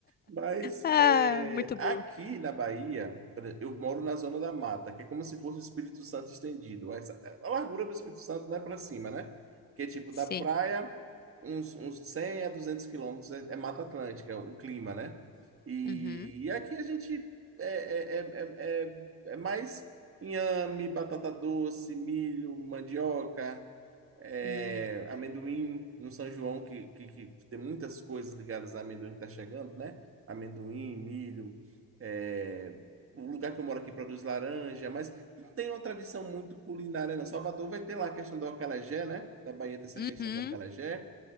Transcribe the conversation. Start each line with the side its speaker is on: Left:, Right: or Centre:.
Right: Mas
Left: Ah,
Right: é,
Left: muito
Right: aqui
Left: bom.
Right: na Bahia, por exemplo, eu moro na zona da mata, que é como se fosse o Espírito Santo estendido. Essa- a largura do Espírito Santo não é para cima, né? Que é tipo
Left: Sim.
Right: da praia, uns, uns 100 a 200 quilômetros é, é Mata Atlântica, o clima, né? E,
Left: Uhum.
Right: e aqui a gente é, é, é, é, é é mais inhame, batata doce, milho, mandioca, é,
Left: Uhum.
Right: amendoim no São João, que, que, que tem muitas coisas ligadas a amendoim que tá chegando, né? Amendoim, milho, é, o lugar que eu moro aqui produz laranja, mas não tem uma tradição muito culinária, não. Salvador vai ter lá a questão do acarajé, né? Da Bahia tem essa
Left: Uhum.
Right: questão do acarajé,